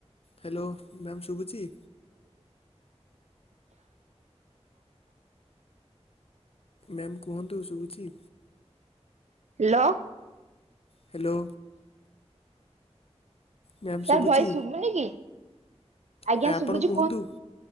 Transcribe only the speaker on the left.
ହ୍ୟାଲୋ ମ୍ୟାମ୍ ଶୁଗୁଚି। ମ୍ୟାମ କୁହନ୍ତୁ ଶୁବୁଚି।
ହ୍ୟାଲୋ। ମ୍ୟାମ
ଶୁଭୁଚି
ନାଇଁ ଆପଣ
କୁହନ୍ତୁ।